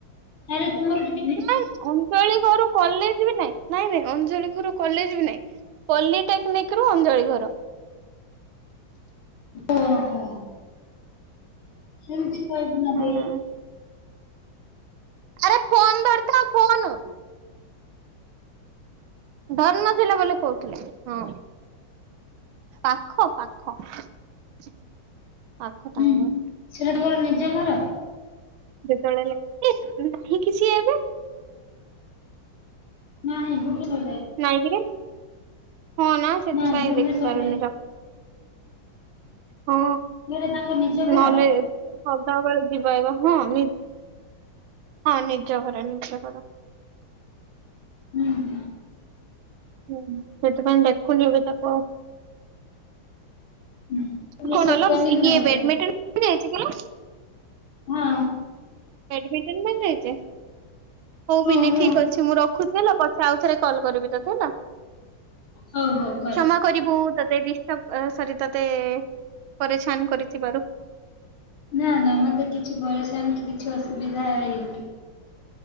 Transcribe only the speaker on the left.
ତାେଲେ ତମର ଟ
ଓ ହୋ ସେମିତି କହିବୁ ନାବେ
ହୁଁ
ସେଟା ତୁମର ନିଜ ଘର?
ନା ଏଇଗୁ ହି କ ଯା
ନାଇଁ ଭୁବନେଶ୍ଵର
ଯାଇଥିଲି।
ସେଇଟା ତାଙ୍କ ନିଜ ଘର?
ହୁଁ ହୁଁ
ହୁଁ ଭୁବନେଶ୍ୱର
ଟ୍ରେନିଂ
ନଉଛନ୍ତି
ହଁ।
ହଁ
ହଁ
ହଉ ହଉ କର।
ନା ନା ମତେ କିଛି ପରିସାନ୍ କି କିଛି ଅସୁବିଧା ହେଇନି।